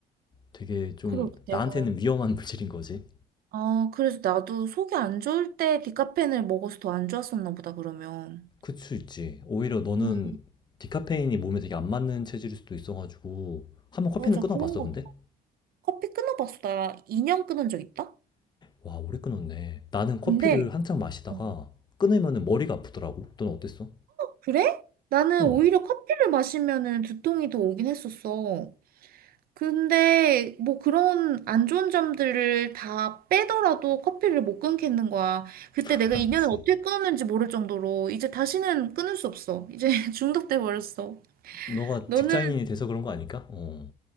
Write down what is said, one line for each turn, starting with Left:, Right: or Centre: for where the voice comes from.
Left: 되게 좀
Right: 그러게. 내가
Left: 나한테는 위험한 <laughs> 물질인 거지.
Right: 아, 그래서 나도 속이 안 좋을 때 디카페인을 먹어서 더 안 좋았었나 보다, 그러면.
Left: 그럴 수 있지. 오히려 너는
Right: 음,
Left: 디카페인이 몸에 되게 안 맞는 체질일 수도 있어가지고 한번 커피는
Right: 맞아.
Left: 끊어봤어
Right: 그런 거
Left: 근데?
Right: 커피 끊어봤어. 나 2년 끊은 적 있다?
Left: 와 오래 끊었네. 나는 커피를
Right: 근데,
Left: 한창 마시다가
Right: 어.
Left: 끊으면 머리가 아프더라고. 넌 어땠어?
Right: 그래? 나는
Left: 어,
Right: 오히려 커피를 마시면은 두통이 더 오긴 했었어. 근데 뭐 그런 안 좋은 점들을 다 빼더라도 커피를 못 끊겠는 거야. 그때
Left: <laughs>
Right: 내가
Left: 아,
Right: 2년을
Left: 그치.
Right: 어떻게 끊었는지 모를 정도로 이제 다시는 끊을 수 없어. 이제 <laughs> 중독돼 버렸어.
Left: 너가
Right: 너는
Left: 직장인이 돼서 그런 거 아닐까? 어.